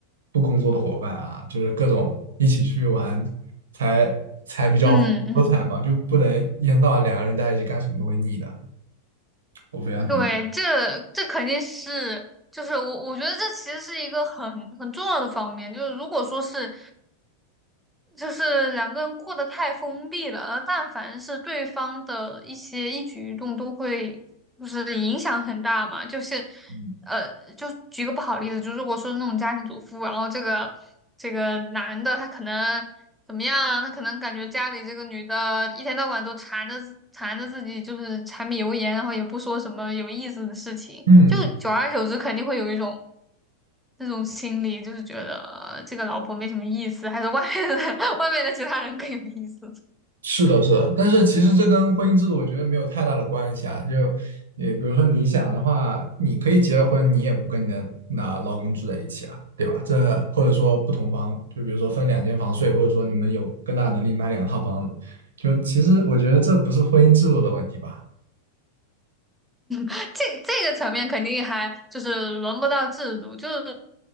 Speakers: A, on the right; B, in the centre.
A: 不工作的伙伴啊，就是各种一起去玩才才比较丰富多彩嘛，
B: 嗯嗯
A: 就不能一天到晚两个人待在一起干什么都会腻的。我非常同意。
B: 对，这这肯定是，就是我我觉得这其实是一个很很重要的方面，就是如果说是就是两个人过得太封闭了，而但凡是对方的一些一举一动都会就是影响很大嘛，就是，
A: 嗯，
B: 呃，就举个不好的例子，就如果说是那种家庭主妇，然后这个这个男的他可能怎么样啊，他可能感觉家里这个女的一天到晚都缠着自缠着自己，就是柴米油盐，然后也不说什么有意思的事情，
A: 嗯
B: 就久而久之肯定会有一种那种心理，就是觉得呃这个老婆没什么意思，还是外面的 <laughs> 外面的其他人更有意思。
A: 是的，是的，但是其实这跟婚姻制度我觉得没有太大的关系啊。就，也比如说你想的话，你可以结了婚，你也不跟你的那老公住在一起了，对吧？这或者说不同房，就比如说分两间房睡，或者说你们有更大的能力买两套房子就其实我觉得这不是婚姻制度的问题吧。
B: 这这个层面肯定还就是轮不到制度，就是